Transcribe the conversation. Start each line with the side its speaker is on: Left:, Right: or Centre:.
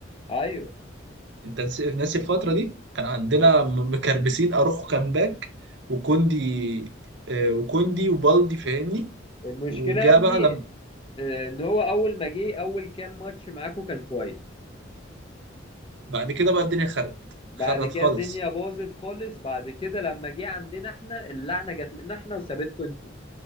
Left: ايوه
Right: انت نس- ناسي الفتره دي كان عندنا
Left: أي-
Right: م- مكربسين اروخو كان باك وكوندي آه، وكوندي وبالدي فاهمني
Left: المشكله
Right: وجا
Left: يا ابني
Right: بقى لما
Left: آه، ان هو اول ما جه اول كام ماتش معاكو كان كويس
Right: بعد كده بقى الدنيا خرت
Left: بعد
Right: خرت
Left: كده
Right: خالص
Left: الدنيا باظت خالص بعد كده لما جه عندنا احنا اللعنه جت لنا احنا وسابتكم انتوا